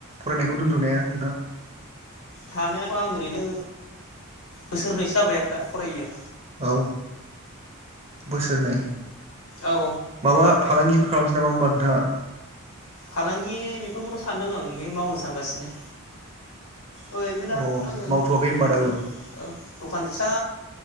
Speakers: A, on the right; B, on the left.
A: फरायनायखौ दोनथ'नाया नोंथां।
B: थानायाथ' आं ओरैनो बोसोरनैसो जाबाय आरो दा फरायैया।
A: औ बोसोरनै।
B: औ।
A: माबा फालांगिफोर खालामनोसै नामा होमबा नोंथाङा?
B: फालांगि बेफोरखौथ' सानदों आं बे मावनो सानगासिनो। ओरैनो दा
A: अ
B: आङो
A: मावथ'वाखै होनबा
B: ओरैनो
A: दाबो?
B: औ दखान फिसा